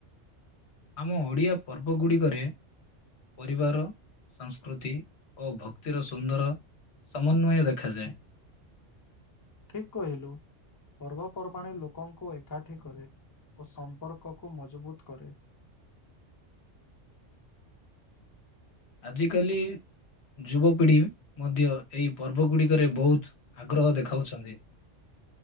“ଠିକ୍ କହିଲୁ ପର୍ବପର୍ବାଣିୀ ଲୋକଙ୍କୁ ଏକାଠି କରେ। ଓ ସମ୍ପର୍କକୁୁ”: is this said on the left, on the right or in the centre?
Left